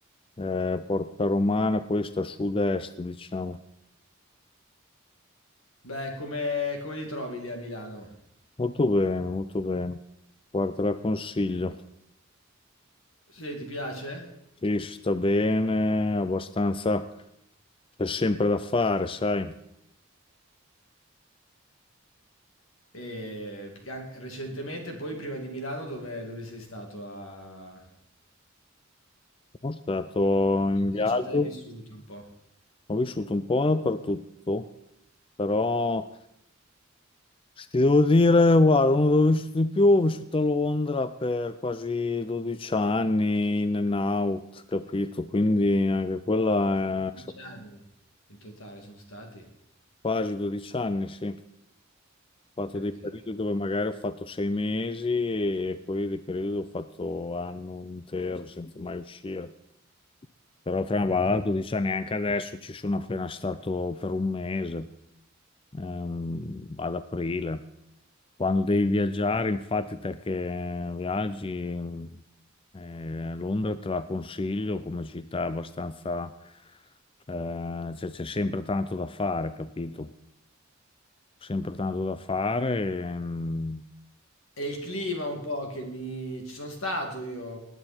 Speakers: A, on the left (about 25°); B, on the left (about 85°).
A: eh, Porta Romana poi sta a sud-est, diciamo.
B: Beh, come come ti trovi lì a Milano?
A: Molto bene, molto bene. Guarda, te la consiglio.
B: Sì, ti piace?
A: Sì, si sta bene, abbastanza, c'è sempre da fare, sai.
B: Ehm, perché an recentemente poi prima di Milano dove dove sei stato a
A: Sono stato in
B: in che
A: viaggio,
B: città hai vissuto un po'?
A: ho vissuto un po' dappertutto, però se ti devo dire, guarda, uno dove ho vissuto di più, ho vissuto a Londra per quasi 12 anni, in and out, capito? Quindi anche quella
B: 12
A: è
B: anni in totale son stati?
A: quasi 12 anni, sì. Ho
B: Porca
A: fatto dei
B: miseria.
A: periodi dove magari ho fatto sei mesi e poi dei periodi dove ho fatto anno intero senza mai uscire. Però tra una ballata, 12 anni, neanche adesso ci sono appena stato per un mese, ehm, ad aprile. Quando devi viaggiare, infatti, te che viaggi, eh, Londra te la consiglio come città abbastanza, eh, cioè c'è sempre tanto da fare, capito? Sempre tanto da fare. ehm,
B: È il clima un po' che mi ci son stato io,